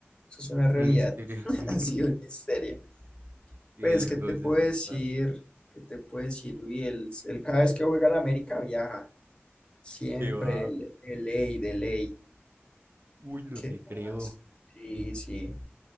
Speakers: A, on the left (about 20°); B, on the right (about 55°).
A: eso es una realidad,
B: Un misterio.
A: <laughs>
B: <laughs>
A: ha sido un misterio.
B: Y
A: Pues,
B: el
A: ¿qué
B: José
A: te puedo
B: es un
A: decir?
B: parche.
A: ¿Qué te puedo decir? Uy, él, él cada vez que juega al América viaja, siempre,
B: ¿Qué va?
A: de de ley, de ley.
B: Uy, no
A: ¿Qué
B: te creo.
A: más? Sí, sí.